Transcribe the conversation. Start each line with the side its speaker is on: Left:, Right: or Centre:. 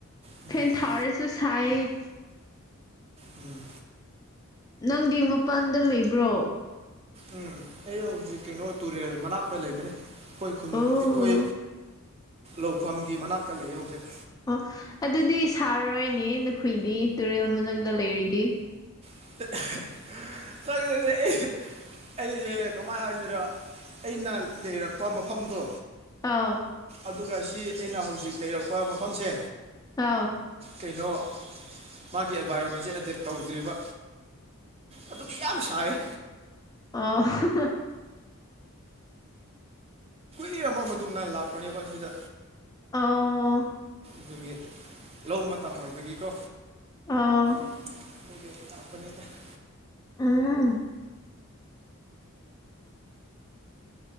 Right: ꯎꯝ
Left: ꯄꯦꯟ ꯊꯔꯖꯨ ꯁꯥꯏꯌꯦ
Right: ꯎꯝ
Left: ꯅꯪꯗꯤ ꯃꯄꯥꯟꯗ ꯂꯩꯕ꯭ꯔꯣ
Right: ꯎꯝ ꯑꯩ ꯍꯧꯖꯤꯛ ꯀꯩꯅꯣ ꯇꯨꯔꯦꯜ ꯃꯅꯥꯛꯇ ꯂꯩꯕꯅꯤ ꯑꯩꯈꯣꯏ ꯈꯨꯟ
Left: ꯑꯣ
Right: ꯑꯩꯈꯣꯏ ꯂꯧꯐꯝꯒꯤ ꯃꯅꯥꯛꯇ ꯂꯩ ꯍꯧꯖꯤꯛ
Left: ꯑꯣ ꯑꯗꯨꯗꯤ ꯁꯥꯔꯔꯣꯏꯅꯦ ꯅꯈꯣꯏꯗꯤ ꯇꯨꯔꯦꯜ ꯃꯅꯥꯛꯇ ꯂꯩꯔꯤꯗꯤ
Right: <unintelligible> ꯑꯩꯁꯦ ꯀꯃꯥꯏꯅ ꯍꯥꯏꯁꯤꯗ ꯑꯩꯅ ꯂꯩꯔꯛꯄ ꯃꯐꯝꯗꯣ
Left: ꯑꯥ
Right: ꯑꯗꯨꯒ ꯁꯤ ꯑꯩꯅ ꯍꯧꯖꯤꯛ ꯂꯩꯔꯛꯄ ꯃꯐꯝꯁꯦ
Left: ꯑꯥꯎ
Right: ꯀꯩꯅꯣ ꯃꯥꯒꯤ ꯑꯦꯟꯚꯥꯏꯔꯣꯟꯃꯦꯟꯁꯦ ꯑꯦꯗꯦꯞ ꯇꯧꯗ꯭ꯔꯤꯕ ꯑꯗꯨꯗꯤ ꯌꯥꯝ ꯁꯥꯏ
Left: ꯑ
Right: ꯊꯤꯔꯕ ꯃꯇꯨꯡꯗ ꯂꯥꯛꯄꯅꯦꯕ ꯑꯁꯤꯗ
Left: ꯑꯥ
Right: ꯑꯗꯨꯒꯤ ꯂꯧ ꯃꯇꯝ ꯑꯣꯏꯕꯒꯤꯀꯣ
Left: ꯑꯥ
Right: <unintelligible>
Left: ꯑꯝ